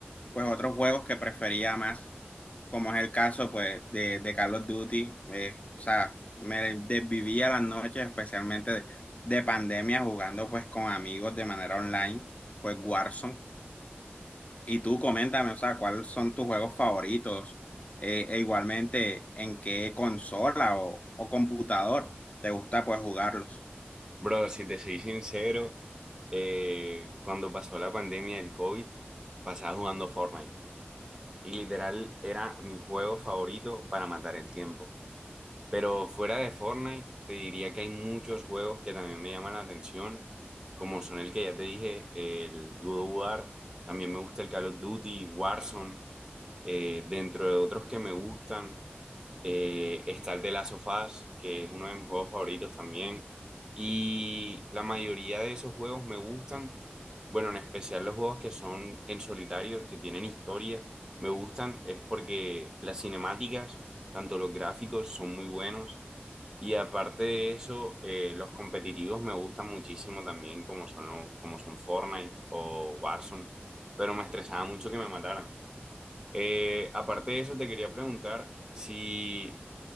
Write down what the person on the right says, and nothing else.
Bro, si te soy sincero, eh, cuando pasó la pandemia del COVID, pasaba jugando Fortnite y literal era mi juego favorito para matar el tiempo. Pero fuera de Fortnite, te diría que hay muchos juegos que también me llaman la atención, como son el que ya te dije, el Good War, también me gusta el Call of Duty, Warzone. Eh, dentro de otros que me gustan, eh, está el de Last of Us, que es uno de mis juegos favoritos también. Y la mayoría de esos juegos me gustan. Bueno, en especial los juegos que son en solitario, que tienen historia, me gustan. Es porque las cinemáticas, tanto los gráficos, son muy buenos. Y aparte de eso, eh, los competitivos me gustan muchísimo también, como son, lo- como son Fortnite o Warzone. Pero me estresaba mucho que me mataran. Eh, aparte de eso, te quería preguntar, si